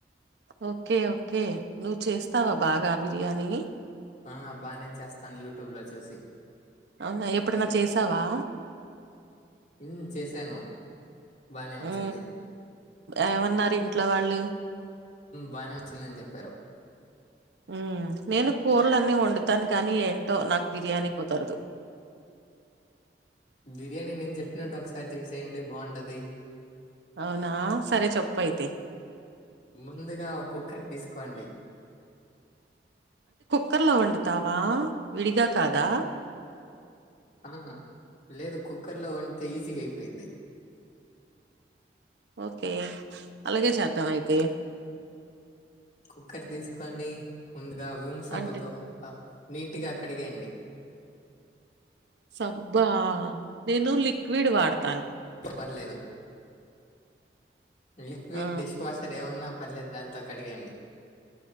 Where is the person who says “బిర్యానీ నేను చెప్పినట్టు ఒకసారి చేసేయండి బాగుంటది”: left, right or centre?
Left